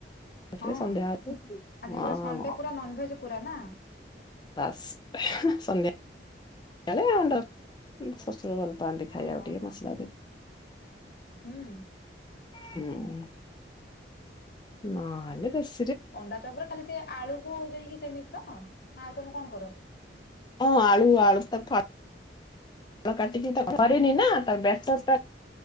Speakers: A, on the left (about 25°); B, on the left (about 55°).
A: ଥରେ
B: ହଁ,
A: ସନ୍ଧ୍ୟା ବେଳକୁ
B: ଆଜି
A: ହଁ
B: ପୁରା ସଣ୍ଡେ ପୁରା ନନ୍ ଭେଜ ପୁରା ନା?
A: ବାସ୍, ସନ୍ଧ୍ୟା <unintelligible> ଶଶୁର ଭଲ ପାଆନ୍ତି। ଖାଇବାକୁ
B: ଓହୋ,
A: ଟିକେ ମସଲା ଦେଇକି।
B: ହୁଁ।
A: ହୁଁ, ନହେଲେ ବେଶ୍
B: ଅଣ୍ଡା ଚପ୍ ରେ ଖାଲି ସେ ଆଳୁକୁ ଦେଇକି ସେମିତି ତ, ନା ଆଉ ତମେ କଣ କର?
A: ହଁ ଆଳୁ, ଆଳୁ <unintelligible> କାଟିକି କରିନି ନା, ତ <unintelligible>